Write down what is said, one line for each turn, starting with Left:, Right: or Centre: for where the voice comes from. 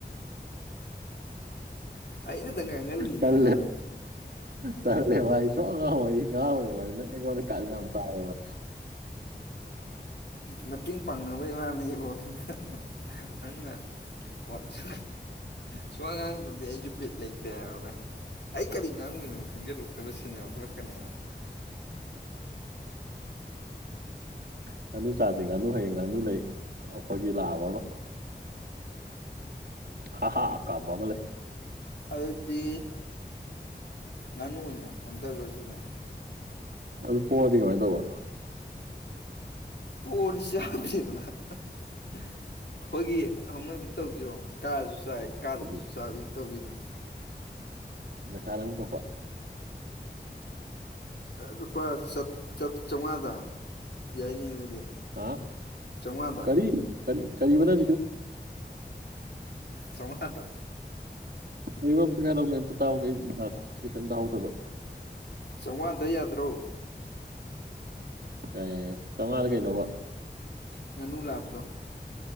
Left: ꯑꯩꯅꯇ ꯉꯥꯡꯍꯜꯂꯤ ꯅꯥꯕ
Right: <inaudible> ꯇꯂ ꯇꯜꯂꯦꯕꯚ ꯑꯩ ꯁ ꯑꯉꯥꯡ ꯑꯣꯏ ꯑꯩ ꯉꯥꯡꯦꯕ ꯚꯥꯏ ꯅꯪ ꯑꯩꯉꯣꯟꯗ ꯀꯥꯏꯂ ꯌꯥꯝ ꯇꯥꯔꯦꯕꯚ
Left: ꯃꯇꯦꯡ ꯄꯥꯡꯅꯕ ꯏꯃꯅꯦꯕꯣꯅ ꯅꯪꯅ ꯋꯥꯠꯁꯨ ꯁꯨꯃꯉꯥꯡ ꯑꯗꯨꯗꯤ ꯑꯩꯁꯨ ꯕꯤꯠ ꯂꯩꯇꯦ ꯑꯩ ꯀꯔꯤ ꯉꯥꯡꯗꯣꯏꯅꯣ ꯈꯪꯖꯤꯜꯂꯛꯇꯕ ꯁꯦꯟꯖꯈꯠꯂꯛꯇ ꯀ
Right: ꯉꯥꯅꯨ ꯆꯥꯖ ꯉꯥꯅꯨ ꯍꯌꯦꯡ ꯉꯥꯅꯨ ꯂꯩ ꯑꯩꯈꯣꯏꯒꯤ ꯂꯥꯛꯑꯕ ꯑꯃ ꯑ ꯍꯥꯥ ꯀꯥꯕꯥꯕꯂꯦ
Left: ꯑꯗꯨꯗꯤ ꯉꯥꯅꯨ ꯑꯣꯏꯅ ꯑꯣꯟꯊꯈ꯭ꯔꯁꯨꯅꯦ
Right: ꯑꯗꯨ ꯄꯑꯗꯤ ꯀꯃꯥꯏꯅ ꯇꯧꯕ
Left: ꯇꯣꯠ ꯆꯗꯗꯅ ꯑꯩꯈꯣꯏꯒꯤ ꯍꯧꯅꯕꯤꯗꯤ ꯇꯧꯁꯤꯔꯣ ꯀꯥꯔꯁꯨ ꯆꯥꯏ ꯀꯥꯗ꯭ꯔꯁꯨ
Right: ꯀꯔꯤ
Left: ꯆꯥꯕ ꯑꯗꯨꯝ ꯇꯧꯕꯤꯅꯣ
Right: ꯃꯩꯁꯥꯗꯪ ꯊꯣꯛꯄ
Left: ꯂꯨꯄꯥ ꯆꯥꯝꯃꯉꯥꯗ ꯌꯥꯏꯅꯤ ꯑꯗꯨꯗꯤ
Right: ꯑꯥ
Left: ꯆꯥꯝꯃꯉꯥꯗ
Right: ꯀꯔꯤ ꯀꯔꯤ ꯀꯔꯤꯔ
Left: ꯆꯃꯥꯇ
Right: ꯂꯩꯕ ꯑꯝꯇ ꯈ ꯂꯧꯅ ꯑꯝꯇ ꯇꯥꯎꯍꯒꯦ ꯑꯩ ꯈꯤꯇꯪ ꯇꯥꯍꯧꯗꯕ
Left: ꯆꯥꯃꯉꯥꯗ ꯌꯥꯗ꯭ꯔꯣ
Right: ꯌꯥꯏ ꯌꯥꯏ ꯌꯥꯏ ꯆꯥꯝꯃꯉꯥꯗ ꯀꯩꯅꯣꯕ
Left: ꯉꯅꯨ ꯂꯥꯕꯗꯣ